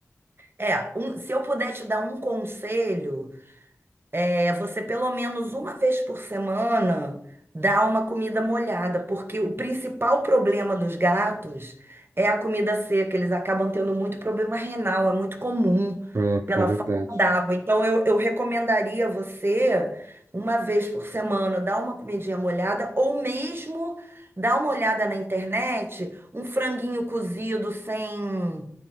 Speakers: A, on the right; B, on the right.
A: É, um- se eu puder te dar um conselho, é, você pelo menos uma vez por semana dá uma comida molhada, porque o principal problema dos gatos é a comida seca. Eles acabam tendo muito problema renal, é muito comum
B: É,
A: pela
B: é verdade.
A: falta d'água. Então, eu, eu recomendaria você uma vez por semana dar uma comidinha molhada ou mesmo dar uma olhada na internet, um franguinho cozido sem